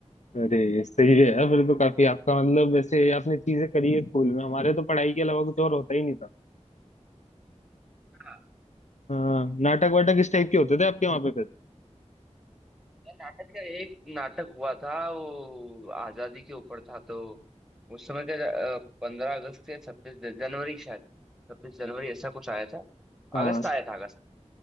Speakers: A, on the left; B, in the centre.
A: अरे सही है यार, फिर तो काफी आपका मतलब वैसे आपने चीजें करी है स्कूल में हमारे तो पढ़ाई के अलावा कुछ और होता ही नहीं था
B: में
A: हाँ नाटक वाटक किस टाइप के होते थे आपके वहां पे फिर
B: यार नाटक है एक नाटक हुआ था वो आजादी के ऊपर था तो उस समय का पंद्रह अगस्त या छब्बीस जनवरी शायद छब्बीस जनवरी ऐसा कुछ आया था
A: हाँ
B: अगस्त आया था अगस्त